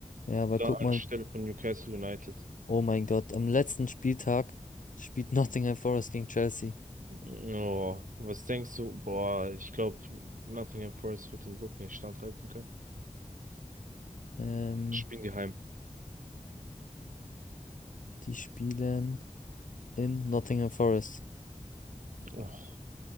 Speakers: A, on the left (about 80°); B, on the right (about 80°).
A: Ja, aber
B: da
A: guck
B: anstelle
A: mal,
B: von Newcastle United.
A: Oh mein Gott, am letzten Spieltag spielt Nottingham Forest gegen Chelsea.
B: Oh, was denkst du? Boah, ich glaube, Nottingham Forest wird den Druck nicht standhalten können.
A: Ähm,
B: Spielen die heim.
A: die spielen in Nottingham Forest.
B: Oh.